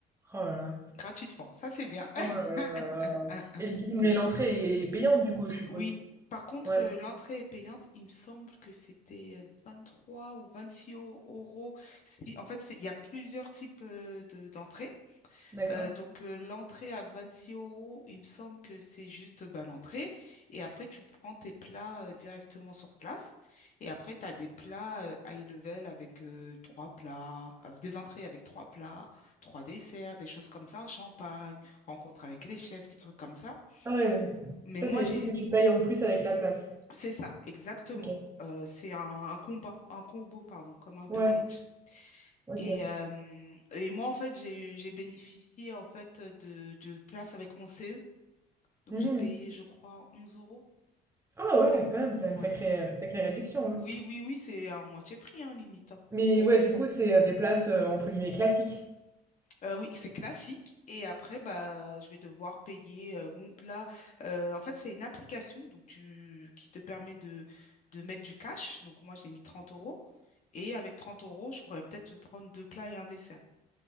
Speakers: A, on the right (about 15°); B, on the left (about 45°).
A: Oh là là.
B: gratuitement. Ça, c'est bien. <laughs>
A: Oh là là là là.
B: Ah,
A: Et le- mais l'entrée est payante du coup, je suppose.
B: oui. Par contre,
A: Ouais,
B: euh, l'entrée est payante. Il me semble que c'était 23 ou 26 eu- euros. Si, en fait, c'est- il y a plusieurs types euh, de, d'entrées.
A: d'accord.
B: Euh, donc, euh, l'entrée à 26 euros, il me semble que c'est juste bah, l'entrée. Et après, tu prends tes plats euh, directement sur place. Et après, tu as des plats euh, high level avec euh, trois plats, euh, des entrées avec trois plats, trois desserts, des choses comme ça, champagne, rencontre avec les chefs, des trucs comme ça.
A: Ah ouais, ouais.
B: Mais
A: ça
B: moi,
A: c'est des
B: j'ai...
A: trucs que tu payes en plus avec la place.
B: c'est ça, exactement.
A: Ok.
B: Euh, c'est un, un combat, un combo, pardon, comme un package.
A: Ouais, ok.
B: Et, euh, et moi, en fait, j'ai j'ai bénéficié en fait de, de places avec mon CE. Donc
A: Mhm.
B: j'ai payé, je crois, 11 euros.
A: Ah ouais, quand même, c'est une
B: Ouais.
A: sacrée,
B: c-
A: sacrée réduction. hein.
B: Oui, oui, oui, c'est à moitié prix, hein, limite. hein.
A: Mais ouais, du coup, c'est euh, des places euh, entre guillemets classiques.
B: Euh, oui, c'est classique. Et après, bah, je vais devoir payer euh, mon plat. Euh, en fait, c'est une application donc tu, qui te permet de, de mettre du cash. Donc moi, j'ai mis 30 euros. Et avec 30 euros, je pourrais peut-être prendre deux plats et un dessert.